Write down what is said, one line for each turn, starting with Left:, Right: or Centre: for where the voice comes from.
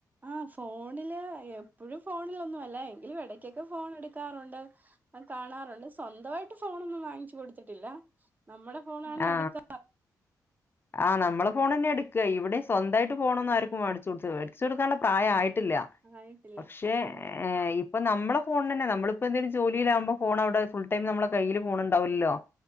Right: ആ ഫോണില് എപ്പഴും ഫോണിലൊന്നും അല്ല എങ്കിലും എടക്കൊക്കെ ഫോൺ എടുക്കാറുണ്ട് കാണാറുണ്ട് സ്വന്തമായിട്ട് ഫോണൊന്നും വാങ്ങിച്ചു കൊടുത്തിട്ടില്ല നമ്മുടെ ഫോണാണ്
Left: ആ
Right: എടുക്ക
Left: ആ നമ്മളെ
Right: ഉം
Left: ഫോണ് തന്നെ എട് ക്ക ഇവിടെ സ്വന്തമായിട്ട് ഫോണവന്നും ആർക്കും മേടിച്ചുകൊടുത്തില്ല മേടിച്ചുകൊടുക്കാനുള്ള പ്രായായി ഇല്ല
Right: ആയിട്ടില്ല
Left: പക്ഷേ
Right: ഉം
Left: ഇ ഇപ്പ നമ്മള് ഫോൺതന്നെ നമ്മളിപ്പോ എന്തെലും ജോലിലാകുമ്പോ ഫോൺ അടെ ഫുൾ ടൈം നമ്മളെ കയ്യില് ഫോണ്ണ്ടാവൂലല്ലോ